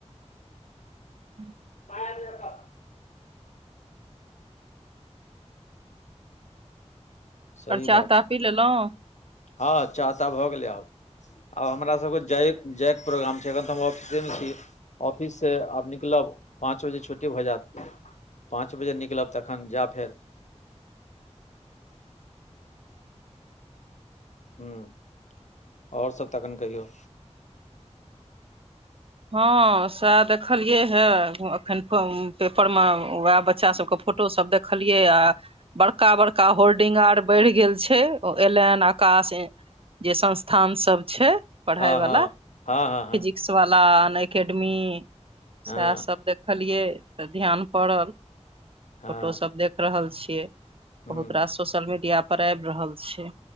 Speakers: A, on the right (about 50°); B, on the left (about 80°).
A: ह
B: आ <unintelligible> सही
A: आओर चाह
B: बात
A: ताह
B: छै
A: पी लेलहुँ
B: हँ चाह ताह भऽ गेलै आब आ हमरा सबके जाय जायके प्रोग्राम छै एखन तऽ हम ऑफिसे मे छी। ऑफिस से आब निकलब पाँच बजे छुट्टी भऽ जायत। पाँच बजे निकलब तखन जायब फेर ह्मँ ओर सब तखन कहियौ।
A: हँ सएह देखलियै हे एखन कऽ पेपर मे उएह बच्चा सबके फोटो फोटो सब देखलियै आ। बड़का बड़का होल्डिंग आर बढ़ि गेल छै एलेन हेन आकाश जे संस्थानसभ छै। पढ़ाई
B: हँ
A: वाला
B: हँ
A: फिजिक्स
B: हँ हँ हँ
A: वाला अन एकेडमी
B: हँ
A: स सब देखलियै तऽ ध्यान पड़ल फोटोसभ
B: हँ
A: देख रहल छियै।
B: हूँ
A: बहुत रास सोशल मीडिया पर आबि रहल छै।